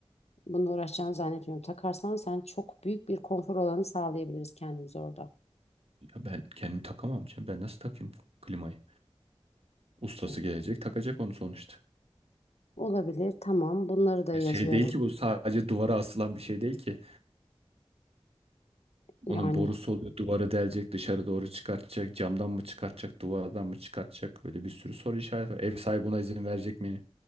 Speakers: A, on the left; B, on the right.
A: bununla uğraşacağını zannetmiyorum. Takarsan sen çok büyük bir konfor alanı sağlayabiliriz kendimize orada.
B: Ya ben kendim takamam canım. Ben nasıl takayım klimayı? Ustası
A: Evet.
B: gelecek takacak onu sonuçta.
A: Olabilir, tamam. Bunları da
B: Ya
A: yazıyorum.
B: şey değil ki bu sadece duvara asılan bir şey değil ki.
A: Yani
B: Onun borusu oluyor duvara delecek dışarı doğru çıkartacak. Camdan mı çıkartacak duvardan mı çıkartacak. Böyle bir sürü soru işareti var. Ev sahibi buna izin verecek mi?